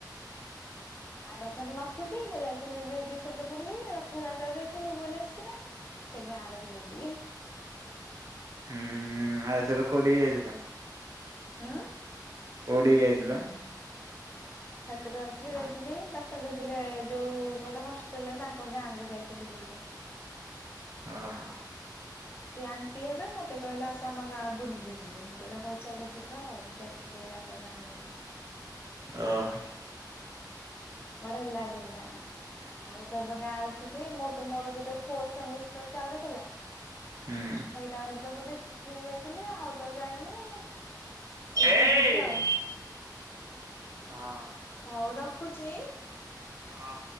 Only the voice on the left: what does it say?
ହଁ ଆରଥର ନଥିଲି ମୁଁ ଯାଇଥିଲି ଦିଦି ସହିତ ବୁଲି ରଥଯାତ୍ରା ଯାଇକି ଭୁବନେଶ୍ଵର। ଗୋଟେ ଗାଁରେ ବୁଲିଯିବି।
ଆଁ।
ଠାକୁରଙ୍କ ଠି ଯାଇଥିଲି ବାଟରେ ଥିଲେ ଯୋଉ ଗୋଟେ ହଷ୍ଟେଲ ତାଙ୍କ ଗାଁକୁ ଯାଇଥିଲି ବୁଲି।
ସେ ଆଣ୍ଟି ହେବେ ମତେ କହିଲେ ଆସ ଆମ ଗାଁ ବୁଲି ଯିବ ମୁଁ କହିଲି ହଉ ଚାଲ ଯିବା ଆଉ ଯାଇଥିଲି। ସେଇ ତାଙ୍କ ଗାଁରେ ବୁଲିଲି।
ବଢିଆ ଲାଗିଲା। ଆଉ ହେତୋବେଳେ ତ ଗାଁରେ ଥିଲି ମୋର ତ ମୋର ଯେତେବେଳେ ଫୋର୍ଥ ସେମିଷ୍ଟାର ଚାଲୁଥିଲା
ସେଇଟା ତ ବୋଧେ ଖି ଯାଇଥିଲେି ଆଉ ତ ଯାଇନି ଆଉ। ଏବେ
ଯିବି ଆଉ।
ହଉ ରଖୁଛି।